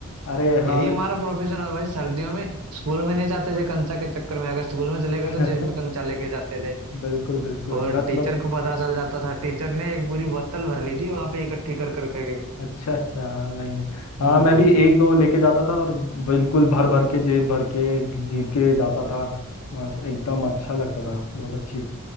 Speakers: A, on the left; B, on the right.
A: अरे
B: यही
A: हाँ मैं
B: हमारा प्रोफेशन है भाई सर्दियों में स्कूल में नहीं जाते थे कंचा के चक्कर में अगर स्कूल में चले गए
A: <laughs>
B: तो जेब में कंचा लेके जाते थे
A: बिल्कुल बिल्कुल
B: और
A: मतलब
B: टीचर को पता चल जाता था टीचर ने एक पूरी बोतल भर ली थी वहां पे इकट्ठी कर करके गए
A: अच्छा अच्छा नहीं नहीं हाँ
B: हम्म
A: मैं भी एक दो लेके जाता था और बिल्कुल भर भर के जेब भर के जीत के जाता था बस एकदम अच्छा लगता था बहुत अच्छी